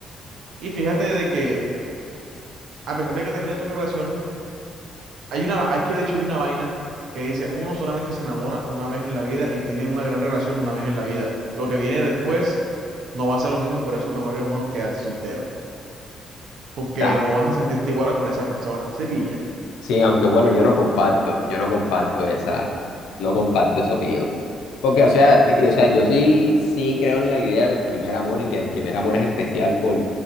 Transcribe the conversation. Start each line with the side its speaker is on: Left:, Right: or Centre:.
Right: Y fíjate de que a pesar de que termine tu relación, Hay una, va- es que de hecho hay una vaina que dice, uno solamente se enamora una vez en la vida y tiene una gran relación una vez en la vida. Lo que viene después no va a ser lo mismo y por eso mejor es uno quedarse soltero, porque
Left: ya.
Right: no vas a sentirte igual con esa persona. Se pilla.
Left: Sí, aunque bueno, yo no comparto, yo no comparto esa, no comparto esa opinión. Porque, o sea, sí- o sea, yo sí, sí creo en la idea del primer amor y que el primer amor es especial por,